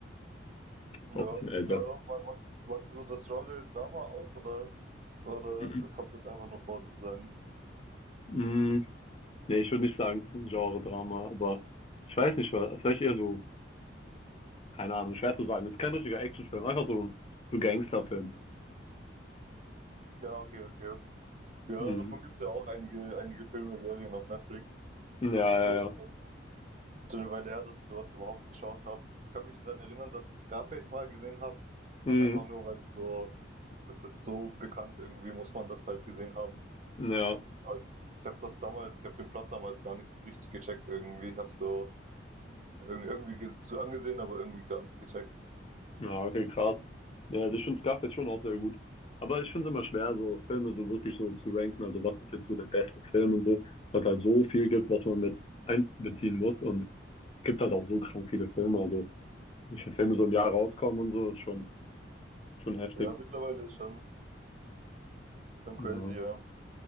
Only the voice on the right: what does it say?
Ja,
ja, mag, magst, magst du so das Genre Drama auch oder, oder
kommt das einfach nur vor sozusagen?
Ja, okay, okay. Ja,
davon gibt es ja auch einige, einige Filme, Serien auf Netflix. Ist
bei mir
ist schon eine schon eine Weile her, dass ich sowas überhaupt geschaut habe. Ich kann mich daran erinnern, dass ich Scarface mal gesehen habe.
Einfach nur, weil es so, das ist so bekannt, irgendwie muss man das halt gesehen haben.
Aber ich habe das damals, ich habe den Plot damals gar nicht richtig gecheckt irgendwie. Ich habe so irg- irgendwie ges- zu angesehen, aber irgendwie gar nicht gecheckt.
Ja, mittlerweile ist schon, schon
crazy, ja.